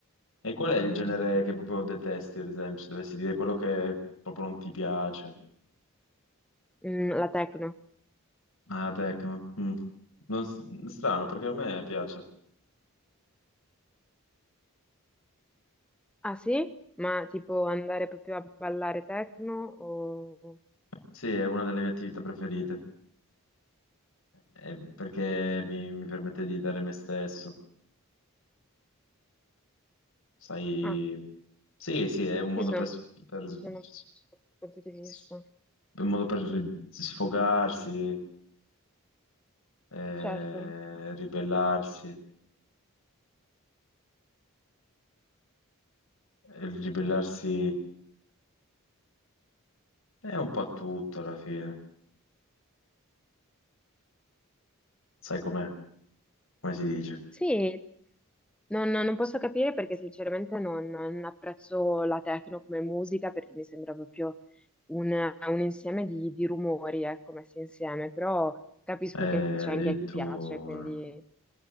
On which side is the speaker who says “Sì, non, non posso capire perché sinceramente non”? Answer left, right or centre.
Centre